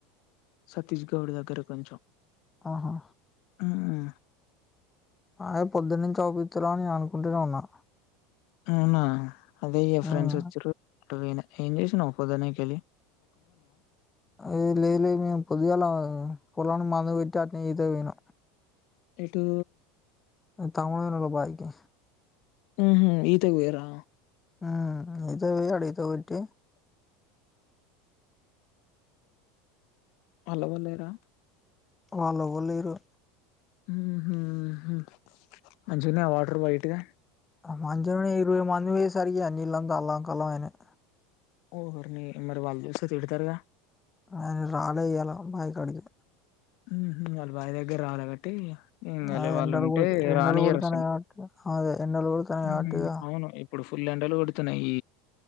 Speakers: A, on the left; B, on the left.
A: సతీష్ గౌడ్ దగ్గర కొంచెం
B: ఆహా
A: మ్
B: ఆయే పొద్దనుంచి అవ్ పిత్తలేవని నిను అనుకుంటనే ఉన్నా
A: అవునా అదే ఇగ
B: మ్మ్
A: ఫ్రెండ్స్ వచ్చిర్రు ఒకవేళ ఏం చేసినవ్ పొద్దునకేలి
B: ఏలేద్ లేద్ మేము పొద్దుగాల పోలానికి మందు కోట్ ట్టట్నే ఇతకిపోయిన
A: ఏటూ
B: నా తమ్మునోళ్ల బాయికి
A: ఊహు ఈతకుపోయిరా
B: ఆఆ ఇతకి పోయి అడిగీతే <unintelligible> టీ
A: వాల్ ఎవ్వలేరా
B: వాల్ ఎవ్వర్ లేరు
A: ఊహు హు మంచిగున్నాయ వాటర్ వైట్ గా
B: ఆ మంచంని ఇరవై మంది బోయి సరి జేయాలి. నీళ్లంత అల్లం కొల్లం అయినయి
A: ఓహోర్నీ మరి వాళ్ళు చూస్తే తిడతరుగా
B: ఆయన రాలే ఇయ్యాల బాయ్ కాడ్కి
A: ఊహు వాళ్ళు బాయ్ దగ్గర రాలే కాబట్టి ఇగ మేమ్ వెళ్లేవాళ్లు
B: ఆ ఎండలు
A: ఉంటే
B: కొడు ఎండలు
A: రానీయ్యరు
B: కొడుతున్నాయి
A: అసలు
B: కాబట్టి అదే ఎండలు కొడుతున్నాయి కాబట్టి
A: ఉహు
B: ఇగ
A: అవును ఇప్పుడు ఫుల్ ఎండలు కొడు త్తన్నయ్.